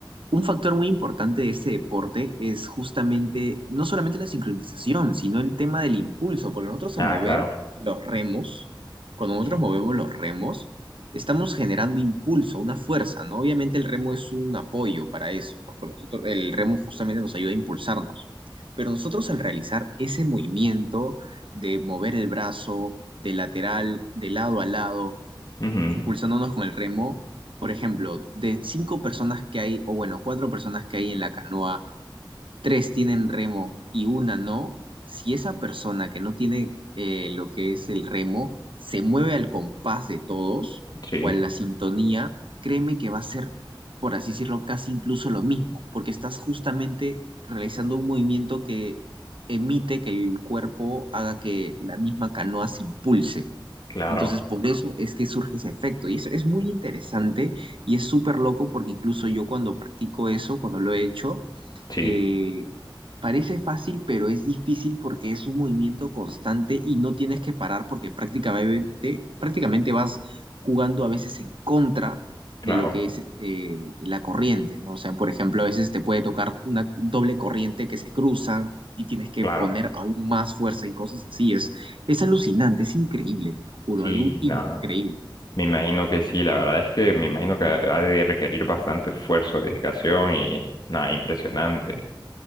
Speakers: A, on the right; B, on the left.
A: Un factor muy importante de este deporte es justamente no solamente la sincronización, sino el tema del impulso, porque nosotros
B: Ah,
A: al mover
B: claro.
A: los remos, cuando nosotros
B: Sí.
A: movemos los remos, estamos generando impulso, una fuerza, ¿no? Obviamente el remo es un apoyo para eso, ¿no? Porque nosotros, el remo justamente nos ayuda a impulsarnos, pero nosotros al realizar ese movimiento de mover el brazo de lateral, de lado a lado,
B: Ujú,
A: impulsándonos con el remo, por ejemplo, de cinco personas que hay, o bueno, cuatro personas que hay en la canoa, tres tienen remo y una no, si esa persona que no tiene eh, lo que es el remo se mueve al compás de todos
B: Sí,
A: o a la sintonía, créeme que va a ser, por así decirlo, casi incluso lo mismo, porque estás justamente realizando un movimiento que emite que el cuerpo haga que la misma canoa se impulse.
B: claro.
A: Entonces, por eso es que surge ese efecto. Y eso es muy interesante y es súper loco porque incluso yo cuando practico eso, cuando lo he hecho,
B: Sí,
A: eh, parece fácil, pero es difícil porque es un movimiento constante y no tienes que parar porque prácticamente, prácticamente vas jugando a veces en contra
B: claro,
A: de lo que es este, la corriente, ¿no? O sea, por ejemplo, a veces te puede tocar una doble corriente que se cruzan y tienes que
B: claro.
A: poner aún más fuerza y cosas así. Es, es alucinante, es increíble, te lo juro,
B: Sí,
A: algo increíble.
B: nada. Me imagino que sí. La verdad es que me imagino que ha de requerir bastante esfuerzo, dedicación y nada, impresionante.